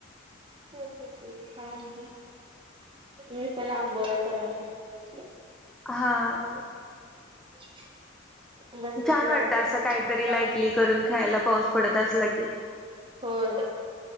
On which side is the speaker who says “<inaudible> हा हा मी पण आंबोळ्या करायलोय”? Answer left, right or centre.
Right